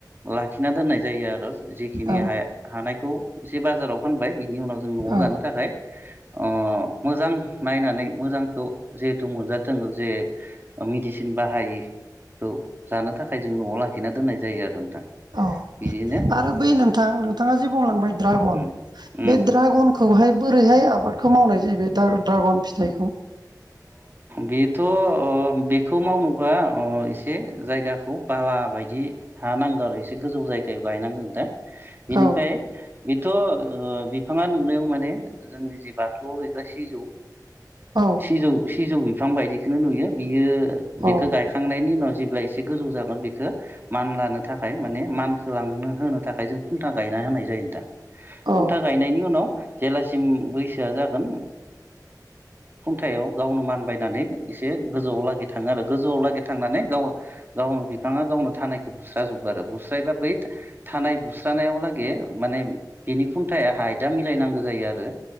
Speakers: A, on the right (about 30°); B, on the right (about 75°).
A: लाखिना दोननाय जायो आरो जिखिनि
B: औ
A: हा-हानायखौ एसे बाजाराव फानबाय बिनि उनाव जों न'आव
B: औ
A: जानो थाखाय अ मोजां नायनानै मोजांखौ जहेथु मोनजाथों जे मेडिसिन बाहायि बेखौ जानो थाखाय जों न'आव लाखिना दोननाय जायो आरो नोंथां
B: औ
A: बिदिनो
B: आरो बै नोंथां नोंथांङा जे बुंलांबाय ड्रागन
A: उम उम
B: बे ड्रागनखौहाय बोरैहाय आ आबादखौ मावनाय जाहैबाय द्रागन फिथाइखौ।
A: बेथ' बेखौ मावनोबा एसे जायगाखौ बारा बाला बायदि हानांगौ आरो एसे गोजौ जायगायाव गायनांगोन दा बेनिफ्राय
B: औ
A: बेथ' बिफांङा नुनायाव माने जोंनि जि बाथौआव बेग्रा सिजौ
B: औ
A: सिजौ सिजौ बिफां बायदिखौनो नुयो बियो बेखौ
B: औ
A: गायखांनायनि उनाव जेब्लाय एसे गोजौ जागोन बेखौ मान लानो थाखाय माने मानखौ होनो थाखाय जों खुन्था गायना होनाय जायो। नोंथां।
B: औ
A: खुन्था गायनायनि उनाव जेलासिम बैसोआ जागोन। खुंथायाव गावनो मानबायनानै एसे गोजौआव लागि थांङो आरो गोजौआव लागि थांनानै गाव गाव ग बिफांङा गावनो थानायखौ बुस्रााजोबो आरो बुस्रायबा बै थानाय बुस्रानायाव लागै माने बिनि खुन्थायाहाय दा मिलायनांगौ जायो आरो